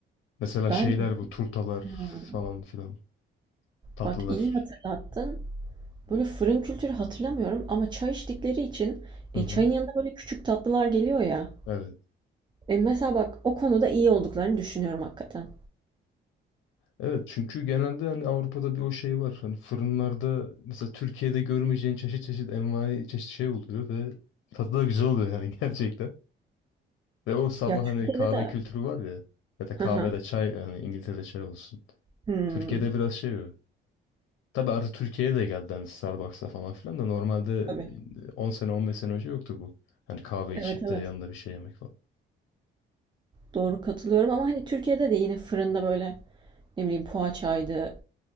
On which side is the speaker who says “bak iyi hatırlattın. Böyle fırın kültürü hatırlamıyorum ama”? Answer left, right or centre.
Right